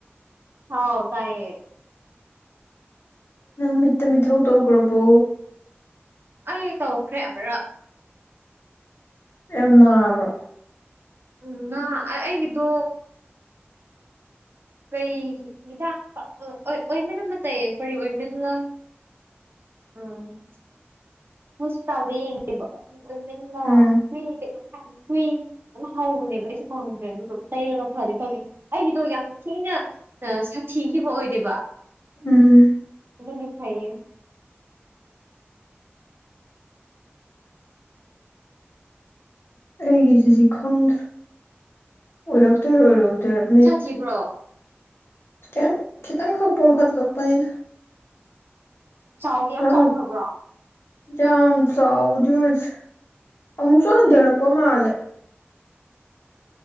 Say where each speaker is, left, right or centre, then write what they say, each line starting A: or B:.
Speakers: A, on the right; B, on the left.
A: ꯍꯥꯎ ꯇꯥꯏꯌꯦ
B: ꯅꯪ ꯃꯤꯠꯇ ꯃꯤꯊꯧ ꯇꯧꯈ꯭ꯔꯕꯣ
A: ꯑꯩ ꯇꯧꯈ꯭ꯔꯦ ꯑꯃꯔꯛ
B: ꯌꯥꯝ ꯅꯥꯕ꯭ꯔꯣ
A: ꯎꯝ ꯅꯥ ꯑ ꯑꯩꯒꯤꯗꯣ ꯀꯩ ꯍꯤꯗꯥꯛ ꯑꯣ ꯑꯣꯏ ꯑꯣꯏꯃꯤꯟ ꯑꯃ ꯇꯩꯌꯦ ꯀꯔꯤ ꯑꯣꯏꯃꯤꯟꯂ ꯑꯝ ꯍꯣꯁꯄꯤꯇꯥꯜꯗ ꯌꯦꯡꯉꯦꯕ <unintelligible>
B: ꯎꯝ
A: ꯀꯨꯏ ꯑꯃ ꯍꯧꯕꯅꯦꯕ ꯑꯩꯁꯨ ꯈꯪꯍꯟꯗ꯭ꯔꯦ ꯑꯗꯨꯗꯣ ꯇꯩꯔꯒ ꯐꯅꯤ ꯐꯪꯉ ꯑꯩꯒꯤꯗꯣ ꯌꯥꯝ ꯊꯤꯅ ꯁꯛꯊꯤꯈꯤꯕ ꯑꯣꯏꯗꯦꯕ
B: ꯎꯝ
A: ꯑꯗꯨꯒꯤ ꯐꯩꯌꯦ
B: ꯑꯩꯒꯤꯁꯤꯗꯤ ꯈꯪꯗ꯭ꯔꯦ ꯑꯣꯏꯔꯛꯇꯣꯏꯔ ꯑꯣꯏꯔꯛꯑꯣꯏꯗꯔ ꯃꯤꯠ
A: ꯊꯤꯕ꯭ꯔꯣ
B: ꯀꯦꯝ ꯈꯤꯇꯪ ꯈꯛ ꯄꯣꯝꯈꯠꯂꯛꯄꯅꯤꯗ
A: ꯆꯥꯎꯒꯦ ꯌꯥꯝ
B: ꯅꯪ
A: ꯆꯥꯎꯈ꯭ꯔꯕ꯭ꯔꯣ
B: ꯌꯥꯝ ꯆꯥꯎꯕꯗꯤ ꯑꯣꯏꯁꯦ ꯑꯃꯨꯛꯁꯨ ꯍꯟꯗꯔꯛꯄ
A: ꯎꯝ
B: ꯃꯥꯜꯂꯦ